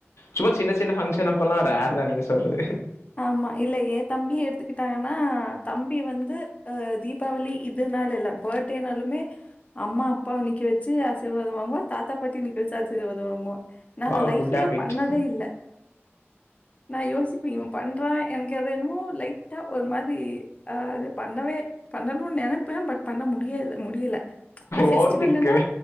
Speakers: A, on the left; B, on the left.
A: சும்மா சின்ன சின்ன பங்ஷன் அப்பல்லா ரேர் தா நீங்க சொல்றது
B: ஆமா இல்ல ஏ தம்பியே எடுத்துக்கிட்டாங்கன்னா தம்பி வந்து அ தீப் பாவளி இதுனால இல்ல பர்த்டேனாலுமே அம்மா அப்பாவ நிக்க வச்சு ஆசீர்வாதம் வாங்குவோ தாத்தா பாட்டிய நிக்க வச்சு ஆசீர்வாதம் வாங்குவோம் நா அத
A: வா
B: லைஃப்லயே
A: குட் ஹேபிட்
B: பண்ணதே இல்ல நா யோசிப்ப பண்றா எனக்கு ஏதோ என்னமோ லைட்டா ஒரு மாதிரி ஆ இது பண்ணவே பண்ணணும்னு நெனைப்பே பட் பண்ண முடியாது முடியல ஆனா வெஸ்டிவல்லுன்னா
A: ஓவர் திங்க்